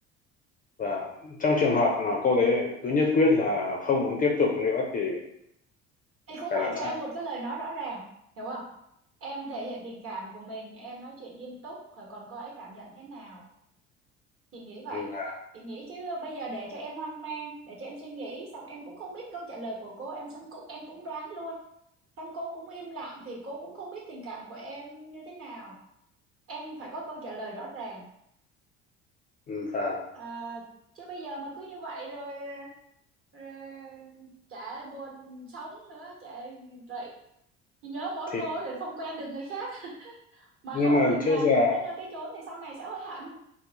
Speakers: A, on the left (about 25°); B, on the right (about 40°).
A: và trong trường hợp mà cô đấy cứ nhất quyết là không muốn tiếp tục nữa thì
B: thì cũng
A: phải
B: phải
A: làm
B: cho
A: sao?
B: em một cái lời nói rõ ràng hiểu không em thể hiện tình cảm của mình em nói chuyện nghiêm túc rồi còn cô ấy cảm nhận thế nào chị nghĩ vậy
A: Ừm, và,
B: chị nghĩ chứ bây giờ để cho em hoang mang để cho em suy nghĩ xong em cũng không biết câu trả lời của cô em xong cũng em cũng đoán luôn xong cô cũng im lặng thì cô cũng không biết tình cảm của em như thế nào em phải có câu trả lời rõ ràng
A: ừm, và
B: à, chứ bây giờ mà cứ như vậy rồi rồi chả buồn sống nữa chả vậy Chị nhớ mỗi
A: thì
B: cô thì không quen được người khác mà
A: nhưng
B: không
A: mà
B: mình
A: trước
B: làm
A: giờ
B: không tới nơi tới chốn thì sau này sẽ hối hận